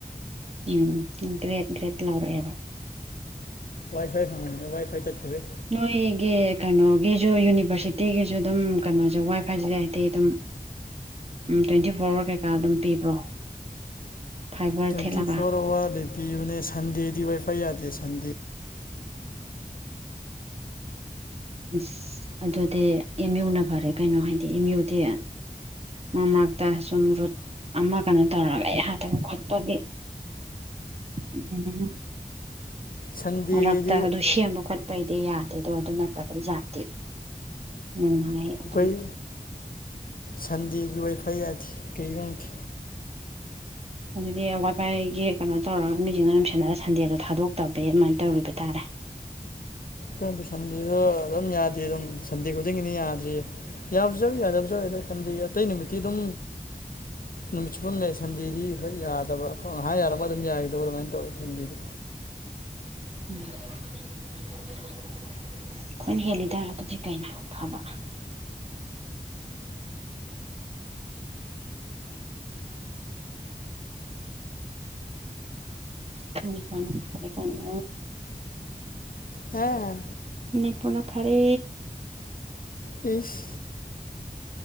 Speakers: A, on the right (about 40°); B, on the left (about 65°).
A: ꯎꯝ ꯒ꯭ꯔꯦꯠ ꯒ꯭ꯔꯦꯠ ꯂꯥꯎꯔꯛꯑꯦꯕ
B: ꯋꯥꯏ ꯐꯥꯏ ꯐꯪꯉꯕꯗꯩ ꯋꯥꯏ ꯐꯥꯏ ꯇꯠꯈꯤꯕꯩ
A: ꯅꯣꯏꯒꯤ ꯀꯩꯅꯣꯒꯤꯁꯨ ꯌꯨꯅꯤꯚꯔꯁꯤꯇꯤꯒꯤꯁꯨ ꯑꯗꯨꯝ ꯀꯩꯅꯣꯁꯦ ꯋꯥꯏ ꯐꯥꯏꯁꯤꯗ ꯍꯥꯏꯗꯤ ꯑꯗꯨꯝ ꯎꯝ ꯇ꯭ꯋꯦꯟꯇꯤ ꯐꯣꯔ ꯑꯋꯥꯔ ꯀꯩꯀꯥ ꯑꯗꯨꯝ ꯄꯤꯕ꯭ꯔꯣ ꯐꯥꯏꯕꯔ
B: ꯇ꯭ꯋꯦꯟꯇꯤ
A: ꯊꯦꯠꯂꯒ
B: ꯐꯣꯔ ꯑꯋꯥꯔꯗ ꯄꯤꯕꯅꯦ ꯁꯟꯗꯦꯗꯤ ꯋꯥꯏꯐꯥꯏ ꯌꯥꯗꯦ ꯁꯟꯗꯦ
A: ꯏꯁꯁ ꯑꯗꯨꯗꯤ ꯑꯦꯝ ꯌꯨꯅ ꯐꯔꯦ ꯀꯩꯅꯣ ꯍꯥꯏꯗꯤ ꯑꯦꯝ ꯌꯨꯗꯤ ꯃꯔꯛ ꯃꯔꯛꯇ ꯁꯨꯝ ꯔꯨꯠ ꯑꯃ ꯀꯩꯅꯣ ꯇꯧꯔꯒ ꯑꯩ ꯌꯥꯗꯕ ꯈꯣꯠꯄꯒꯤ ꯎꯝ
B: ꯁꯟꯗꯦꯗꯤ
A: ꯃꯔꯛꯇ
B: ꯑꯩꯈꯣꯏ
A: ꯑꯗꯨ ꯁꯦꯝꯕ ꯈꯣꯠꯄꯒꯤ ꯄꯩꯗꯤ ꯌꯥꯗꯦꯗꯣ ꯑꯗꯨ ꯅꯠꯇꯕꯩ ꯖꯥꯇꯤ ꯅꯨꯡꯉꯥꯏ ꯑꯗꯨꯝ
B: ꯑꯩꯈꯣꯏ ꯁꯟꯗꯦꯒꯤ ꯋꯥꯏꯐ ꯌꯥꯗꯦ ꯀꯔꯤꯒꯤꯅꯣ ꯈꯪꯗꯦ
A: ꯑꯗꯨꯗꯤ ꯋꯥꯏꯐꯥꯏꯒꯤ ꯀꯩꯅꯣ ꯇꯧꯔꯒ ꯃꯤꯁꯤꯡꯅ ꯅꯨꯡꯁꯤꯅꯔꯒ ꯁꯟꯗꯦꯗꯣ ꯊꯥꯗꯣꯛꯇꯕꯒꯤ ꯑꯗꯨꯃꯥꯏꯅ ꯇꯧꯔꯤꯕ ꯇꯥꯔꯦ
B: ꯈꯪꯗꯦ ꯁꯟꯗꯦꯗꯣ ꯑꯗꯨꯝ ꯌꯥꯗꯦ ꯑꯗꯨꯝ ꯁꯟꯗꯦ ꯈꯨꯗꯤꯡꯒꯤꯅꯤ ꯌꯥꯗ꯭ꯔꯤꯁꯦ ꯌꯥꯕꯁꯨ ꯌꯥꯎꯋꯤ ꯌꯥꯗꯕꯁꯨ ꯌꯥꯎꯋꯤ ꯑꯗ ꯁꯥꯟꯗꯦ ꯑꯇꯩ ꯅꯨꯃꯤꯠꯇꯤ ꯑꯗꯨꯝ ꯅꯨꯃꯤꯠ ꯆꯨꯞꯄ ꯑꯃ ꯁꯟꯗꯦꯗꯤ ꯍꯣꯏ ꯌꯥꯗꯕ ꯉꯥꯛ ꯌꯥꯔꯝꯃꯒ ꯑꯗꯨꯝ ꯌꯥꯈꯤꯗꯕ ꯑꯗꯨꯃꯥꯏꯅ ꯇꯧꯋꯦ ꯁꯟꯗꯦꯗꯤ
A: ꯎꯝ ꯑꯩꯈꯣꯏꯅ ꯍꯦꯜꯂꯤꯗ ꯑꯗꯨꯗꯤ ꯀꯩꯅꯣ ꯐꯕ ꯎ <unintelligible> ꯍ ꯐꯔꯦ ꯀꯩꯅꯣ
B: ꯍꯥꯥ
A: ꯃꯅꯤꯄꯨꯔꯅ ꯐꯔꯦ
B: ꯢꯁ